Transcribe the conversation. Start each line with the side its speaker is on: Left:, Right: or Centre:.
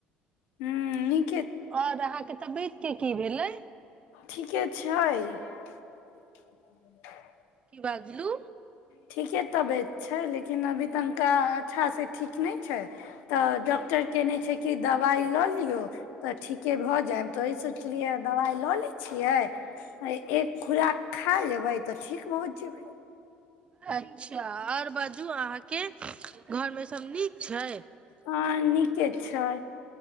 Left: हूँ नी -
Right: आओर अहाँके तबियत के की भेलै
Left: ठीके छै <unintelligible>
Right: की बाजलू
Left: ठीके तबीयत छै लेकिन अभी तनिका अच्छा से ठीक नहि छै तऽ डॉक्टर केने छै की दबा- दबाइ लऽ लियौ तऽ ठीके भऽ जायब तऽ ओही सोचलियै या दबाइ लऽ लैय छियै एक खुराक खा लेबै तऽ ठीक ओ जेबै
Right: अच्छा आओर बाजू अहाँके घर मे सब नीक छै
Left: हँ नीके छै